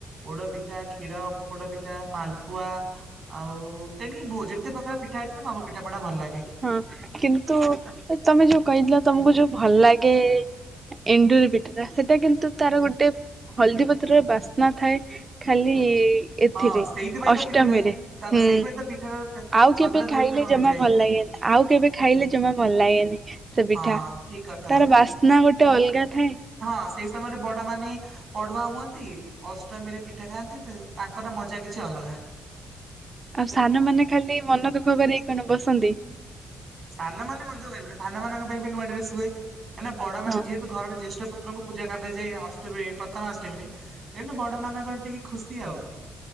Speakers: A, on the right; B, on the right.
A: ପୋଡ ପିଠା, କ୍ଷୀରପୋଡ ପିଠା, ମାଲପୁଆ ଆଉ ତେଣିକି ବୋ ଯେତେ ପ୍ରକାର ପିଠା ହେଇଥିବ ସବୁ ପିଠା ପଣାା ଭଲ ଲାଗେ।
B: ହଁ କିନ୍ତୁ ତମେ ଯୋଉ କହିଥିଲ ତମକୁ ଯୋଉ ଭଲ ଲାଗେ ଏଣ୍ଡୁରି ପିଠା ସେଟା କିନ୍ତୁ ତାର ଗୋଟେ ହଳଦୀ ପତ୍ରରେ ବାସ୍ନା ଥାଏ ଖାଲି ଏଥିରେ
A: ହଁ ସେଇଥିପାଇଁ
B: ଅଷ୍ଟମୀରେ
A: ତ ପିଠାଟା ହିଁ ତାର
B: ହୁଁ
A: ସେଇଥିପାଇଁ ତା ପିଠାଟାର ସ୍ଵାଦ
B: ଆଉ କେବେ
A: ଟା
B: ଖାଇଲେ
A: ଦୁଇ ଗୁଣ
B: ଜମା
A: ହେଇଯାଏ।
B: ଭଲ ଲାଗେନି ଆଉ କେବେ ଖାଇଲେ ଜମା ଭଲ ଲାଗେନି ସେ ପିଠା,
A: ହଁ ଠିକ କଥା
B: ତାର ବାସ୍ନା ଗୋଟେ ଅଲଗା ଥାଏ।
A: ହ ସେଇ ସମୟରେ ବଡମାନେ ପଢୁଆ ହୁଅନ୍ତି ଅଷ୍ଟମୀରେ ପିଠା ଖାଆନ୍ତି ତେ ତାଙ୍କର ମଜା କିଛି ଅଲଗା।
B: ଆଉ ସାନ ମାନେ ଖାଲି ମନ ଦୁଃଖ କରିକି କଣ ବସନ୍ତି?
A: ସାନମାନେ ମନ ଦୁଃଖ କରିବେନି, ସାନ ମାନଙ୍କ ପାଇଁ ବି ନୂଆ ଡ୍ରେସ ହୁଏ। ଏ ନା ବଡ ମାନେ
B: ହଁ
A: ଯେହେତୁ ଘର ଜ୍ୟେଷ୍ଠ ପୁତ ପୁତ୍ରଙ୍କୁ ପୂଜା କରାଯାଏ ଅଷ୍ଟମୀରେ ପ୍ରଥମା ଅଷ୍ଟମୀରେ, ତେଣୁ ବଡ ମାନଙ୍କର ଟିକେ ଖୁସି ଆଉ।